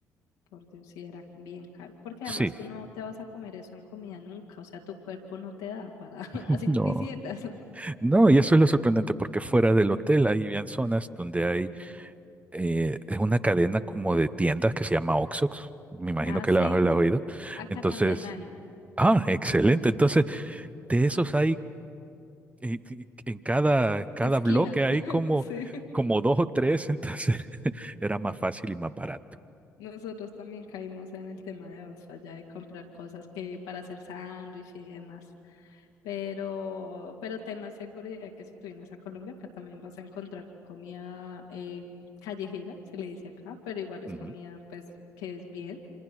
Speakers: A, on the left (about 75°); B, on the right (about 15°).
A: por Dios, sí era bien caro. Porque
B: Sí.
A: además tú no te vas a comer eso en comida nunca. O sea, tu cuerpo no te da para, <laughs>
B: <laughs>
A: así
B: No.
A: tú quisieras.
B: No, y eso es lo sorprendente
A: No.
B: porque fuera del hotel hay habían zonas donde hay, eh, es una cadena como de tiendas que se llama Oxox, me imagino
A: Ah,
B: que
A: sí,
B: la, la has oído.
A: acá
B: Entonces,
A: también hay.
B: ah, excelente. Entonces,
A: Sí.
B: de esos hay y- y- en cada, cada
A: Esquina.
B: bloque hay
A: <laughs>
B: como,
A: Sí.
B: como dos o tres, <laughs> entonces era más fácil y más barato.
A: Nosotros también caímos en el tema de Oxfam, ya de comprar cosas que para hacer sándwich y demás. Pero, pero ten la seguridad que si tú vienes a Colombia, acá también vas a encontrar comida em, callejera, se le dice acá, pero igual es
B: Ujú.
A: comida pues que es bien.